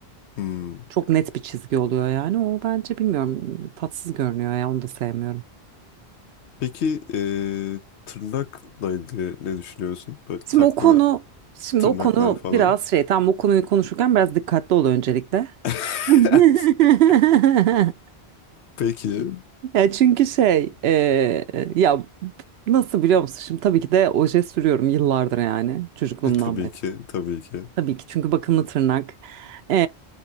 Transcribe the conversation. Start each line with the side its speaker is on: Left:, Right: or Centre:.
Left: Hmm.
Right: Çok net bir çizgi oluyor yani. O bence bilmiyorum tatsız görünüyor ya onu da sevmiyorum.
Left: Peki eee, tırnakla ilgili ne düşünüyorsun? Böyle
Right: Şimdi
Left: takma
Right: o konu şimdi
Left: tırnaklar
Right: o konu
Left: falan.
Right: biraz şey tam o konuyu konuşurken biraz dikkatli ol öncelikle.
Left: <laughs>
Right: <laughs>
Left: Peki.
Right: Ya çünkü şey e, ya nasıl biliyor musun? Şimdi tabii ki de oje sürüyorum yıllardır yani çocukluğumdan
Left: E, tabii
Right: beri.
Left: ki, tabii ki.
Right: Tabii ki çünkü bakımlı tırnak. E,